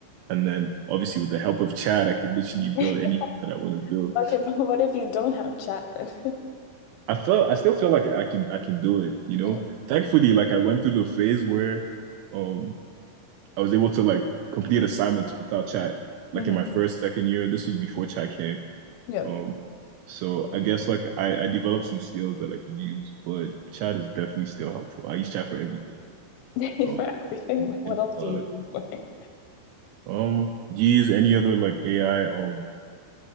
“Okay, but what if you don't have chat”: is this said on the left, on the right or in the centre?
Left